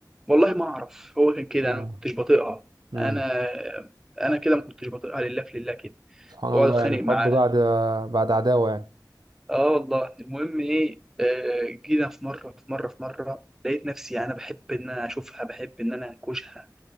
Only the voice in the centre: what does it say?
والله ما اعرف هو كان كده
انا ما كنتش بطيقها
انا انا كده ما كنتش بطيقها لله في لله كده
واقعد
اتخانق
معاها
اه والله المهم ايه آه، جينا في مره في مره في مره لقيت نفسي انا بحب ان انا اشوفها بحب ان انا انكشها